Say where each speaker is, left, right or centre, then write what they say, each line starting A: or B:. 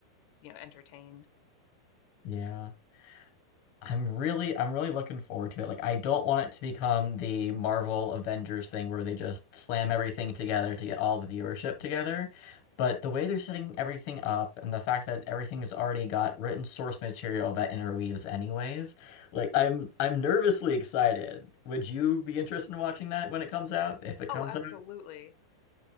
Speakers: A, on the left; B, on the left.
A: you know, entertained.
B: Yeah. I'm really I'm really looking forward to it. Like I don't want it to become the Marvel Avengers thing where they just slam everything together to get all the viewership together. But the way they're setting everything up and the fact that everything has already got written source material that interweaves anyways, like I'm I'm nervously excited. Would you be interested in watching that when it comes out? If it
A: Oh,
B: comes
A: absolutely.
B: out?